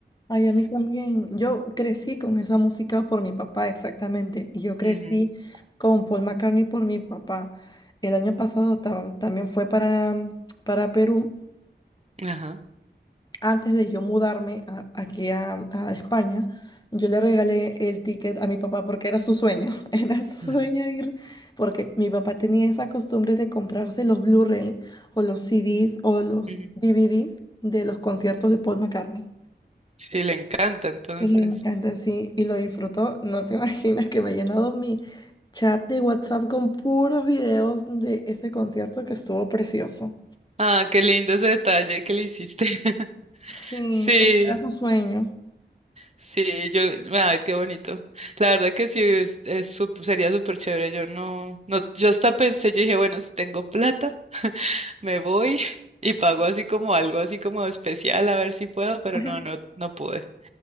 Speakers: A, on the left; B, on the right.
A: Ay, a mí también. Yo crecí con esa música por mi papá, exactamente. Y yo crecí
B: <laughs>
A: con Paul McCartney por mi papá. El año pasado tam- también fue para, para Perú.
B: Ajá.
A: antes de yo mudarme a- aquí a, a España, yo le regalé el ticket a mi papá porque era su sueño, <laughs> era su
B: Claro.
A: sueño ir, porque mi papá tenía esa costumbre de comprarse los Blu-ray o los CDs o los
B: Ujú.
A: DVDs de los conciertos de Paul McCartney.
B: Sí, le encanta, entonces.
A: Me encanta, sí, y lo disfrutó. No te <laughs> imaginas que me ha llenado mi chat de WhatsApp con puros videos de ese concierto que estuvo precioso.
B: Ah, qué lindo ese detalle que le hiciste. <laughs>
A: Sí,
B: Sí,
A: era su sueño.
B: sí, yo, ay, qué bonito. La verdad que sí, es, es sup- sería súper chévere. Yo no, no, yo hasta pensé, yo dije, bueno, si tengo plata, me voy <laughs> y pago así como algo así como especial, a ver si puedo, pero
A: Ajá.
B: no, no, no pude.